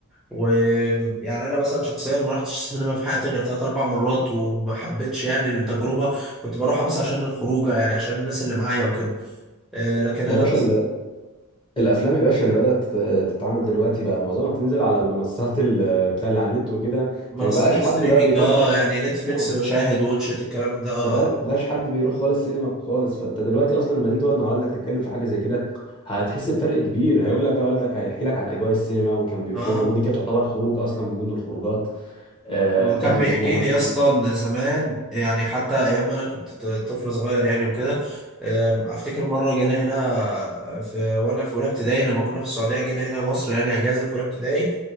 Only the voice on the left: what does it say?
يا باشا ال- الافلام يا باشا اللي بدات تت- تتعمل دلوقتي بقى معظمها بتنزل على المنصات ال- بتاع اللي على النت وكده
فما بقاش
حد بقى بيفكر
اه
ما بقى- بقاش حد بيروح خالص سينما خالص فانت دلوقتي اصلا لما تيجي تقعد مع والدك تتكلم في حاجه زي كده هتحس بفرق كبير هيقول لك بقى والدك هيحكي لك عن اجواء السينما وكان بيخرجوا
ودي كانت تعتبر خروجه اصلا من ضمن الخروجات آه،
بتاعت الاسبوع
مثلا